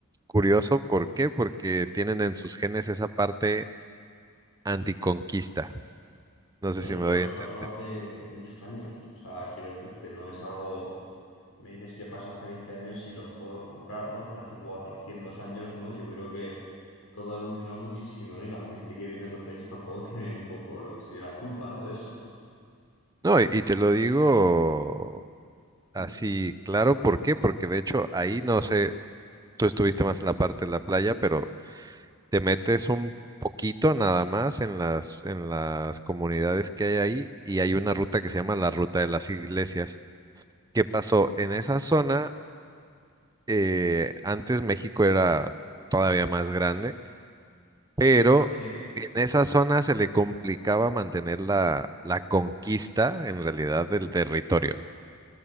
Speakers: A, on the right; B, on the left.
A: curioso, ¿por
B: Jo.
A: qué? Porque tienen en sus genes esa parte anticonquista. No
B: Claro,
A: sé si
B: pero
A: me doy
B: eso
A: a entender.
B: pasó hace muchos años. O sea, quiero decirte, no es algo... Me dices que pasa hace 20 años y lo puedo comprar, ¿no? Pero hace 400 años, ¿no? Yo creo que todo ha evolucionado muchísimo, ¿no? Y la gente que viene de otros países tampoco tiene un poco lo que sería la culpa, ¿no? De eso.
A: No, y y te lo digo
B: Mm.
A: así, claro, ¿por qué? Porque de hecho ahí no sé, tú estuviste más en la parte de la playa, pero te metes un poquito nada más en las, en las comunidades que hay ahí y hay una ruta que se llama la Ruta de las Iglesias. ¿Qué pasó? En
B: Ujú.
A: esa zona, eh, antes México era todavía más grande, pero
B: Sí,
A: en esa zona se le complicaba mantener la, la conquista en realidad del territorio.